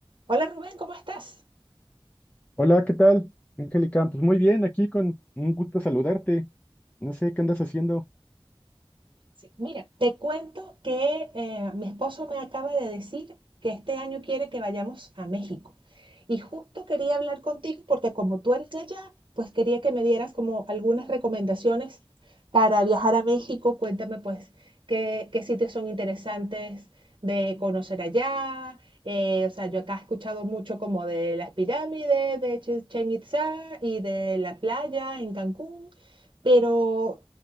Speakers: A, on the right; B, on the left.
A: Hola Rubén, ¿cómo estás?
B: Hola, ¿qué tal, Angélica? Pues muy bien, aquí con un gusto saludarte. No sé qué andas haciendo.
A: Sí, mira, te cuento que eh, mi esposo me acaba de decir que este año quiere que vayamos a México. Y justo quería hablar contigo porque como tú eres de allá, pues quería que me dieras como algunas recomendaciones para viajar a México. Cuéntame pues qué, qué sitios son interesantes de conocer allá. Eh, o sea, yo acá he escuchado mucho como de las pirámides, de Chichén Itzá y de la playa en Cancún. Pero